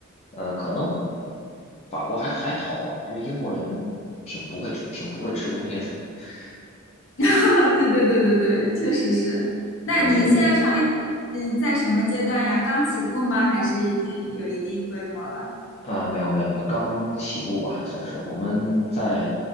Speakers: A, on the left; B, on the left.
A: 呃，可能法国还还好吧，我觉得英国人挺不会吃挺不会吃东西的。<laughs>
B: <laughs> 对对对对对，确实是。那你现在创业，
A: 对对对，
B: 嗯，在什么阶段呀？刚起步吗？还是已经有一定规模了？
A: 啊，没有没有没有，刚起步吧，算是我们在